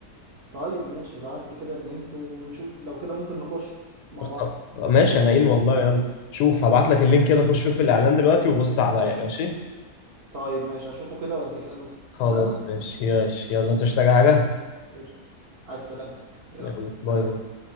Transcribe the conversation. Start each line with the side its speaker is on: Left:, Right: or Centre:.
Right: طيب ماشي ابعت لي كده اللينك ونشوف لو كده ممكن نخش مع
Left: خ-
Right: بعض
Left: ماشي انا إن والله يلا شوف هبعت لك اللينك كده خش شوف الاعلان دلوقتي وبص عليا ماشي
Right: طيب ماشي هشوفه كده واديك الو
Left: خلاص
Right: اتفقنا
Left: ماشي ياش يلا انت مش محتاج حاجه
Right: قشطة. عايز سلامتك يلا
Left: يلا
Right: سلام
Left: باي باي